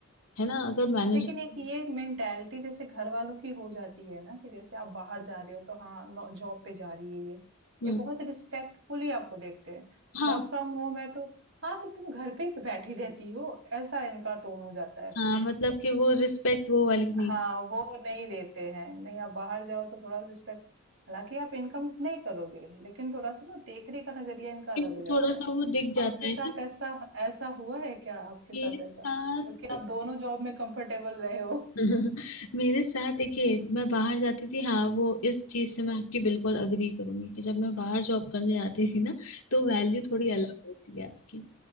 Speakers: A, on the left (about 85°); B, on the right (about 65°).
A: है ना अगर मैनेजर
B: लेकिन एक ये मेंटालिटी जैसे घर वालों की हो जाती है ना कि जैसे आप बाहर जा रहे हो तो हाँ जॉब पे जा रही है ये
A: हम्म
B: ये बहुत रिस्पेक्टफुली आपको देखते हैं
A: हाँ
B: वर्क फ्रॉम होम है तो हाँ तो तुम घर पे ही तो बैठी रहती हो ऐसा इनका टोन हो जाता है
A: हाँ
B: फिर
A: मतलब कि वो रिस्पेक्ट वो वाली नहीं
B: हाँ वो नहीं देते हैं नहीं आप बाहर जाओ तो थोड़ा रिस्पेक्ट हालांकि आप इनकम उतना ही करोगे लेकिन थोड़ा सा ना देखने का नजरिया इनका अलग
A: लेकिन
B: हो जाता
A: थोड़ा सा
B: है
A: वो दिख जाता
B: आपके
A: है
B: साथ
A: ना
B: ऐसा ऐसा हुआ है क्या आपके साथ
A: मेरे
B: ऐसा
A: साथ
B: क्योंकि आप दोनों जॉब में कंफर्टेबल रहे हो
A: <laughs> मेरे साथ देखिए मैं बाहर जाती थी हाँ वो इस चीज से मैं आपकी बिल्कुल अग्री करूंगी कि जब मैं बाहर जॉब करने जाती थी ना तो वैल्यू थोड़ी
B: हुँ,
A: अलग होती है आपकी